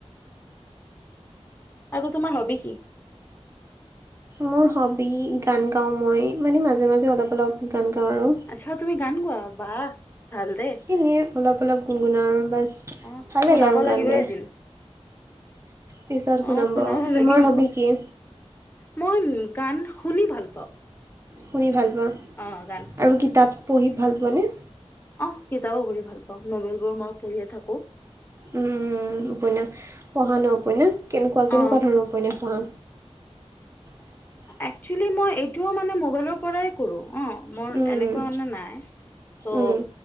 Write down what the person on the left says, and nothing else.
আৰু, তোমাৰ হবি কি?
আচ্ছা, তুমি গান গোৱা, বা ভাল দে।
অ
শুনাব
লাগিব
এদিন
অ শুনাব
লাগিব
মই, গান শুনি ভাল পাওঁ।
অ গান শুনি
অ', কিতাপো পঢ়ি ভাল পাওঁ, নভেলবোৰ মই পঢ়িয়ে থাকোঁ।
অ
একচুৱেলি মই এইটো মানে মোবাইলৰ পৰাই কৰোঁ, অ', মোৰ
এনেকুৱা মানে নাই। চ'